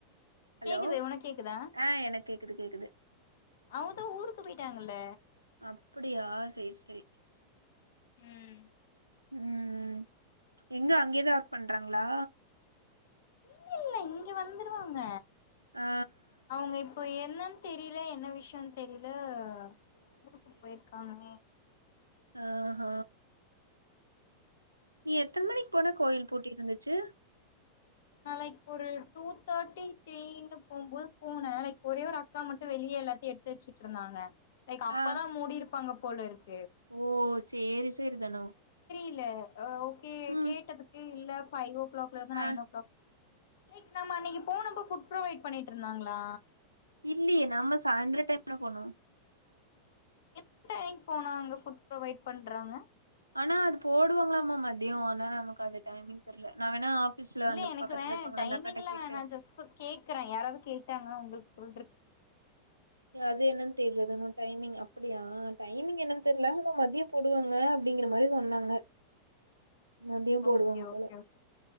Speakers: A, on the right; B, on the left.
A: ஹலோ
B: கேக்குது உனக்கு கேக்குதா
A: ஆஹ் எனக்கு கேக்குது கேக்குது
B: அவங்கதா ஊருக்கு போயிட்டாங்கல்ல
A: அப்படியா சரி சரி
B: உம்
A: உம் எங்க அங்கேதான் ஒர்க் பண்றாங்களா
B: இல்லே இல்லே இங்க வந்துருவாங்க
A: ஆ
B: அவங்க இப்போ என் என்னானு தெரியல என்ன விஷயம் தெரியலே ஊருக்கு போயிருக்காமே
A: ஆஹ்ஹ் நீ எத்தனை மணிக்கு போனே கோயில் பூட்டி இருந்துச்சு
B: நான் லைக் ஒரு டூ தேர்ட்டி த்ரீனு போகும்போது போனேன் லைக் ஒரே ஒரு அக்கா மட்டும் வெளியே எல்லாத்தையும் எடுத்து வச்சுட்டு இருந்தாங்க லைக் அப்பதான்
A: ஆ
B: மூடி இருப்பாங்க போல இருக்கு
A: ஓ சேரி சேரி தனோ
B: இல்ல கே
A: ம்
B: கேட்டதுக்கு இல்ல ஃபைவ் ளல இருந்து நைன்
A: ஆ
B: க் நாம அன்னைக்கு போனப்ப புட் ப்ரொவைட் பண்ணிட்டு இருந்தாங்களா
A: இல்லியே நம்ம சாயந்தர டைம்ல போனம்
B: எத்தன மணிக்கு போனா அங்க ஃபுட் ப்ரொவைட் பண்றாங்க
A: ஆனா அது போடுவாங்களாமா மதியம் ஆனா நமக்கு அந்த டைமிங் தெரில நா வேணா ஆஃபீஸ்ல
B: இல்ல
A: அந்த
B: எனக்கு
A: பக்கத்துல
B: வேன்
A: இருப்பாங்கள
B: டைமிங்
A: அந்த அக்காட்ட
B: எல்லா
A: கேட்டு
B: வேணான் ஜஸ்ட் கேக்குறே யாராவது கேட்டாங்கன்னு அங்களுக்கு சொல்றக்கு
A: அது என்னனு தெரியறது நம்ம டைமிங் அப்ப அப்டியா டைமிங் என்னன்னு தெரில மதியம் போடுவாங்க அப்டிங்கிற மாரி சொன்னாங்க முந்தும் போடுவாங்க
B: ஓகே
A: போல
B: okay okay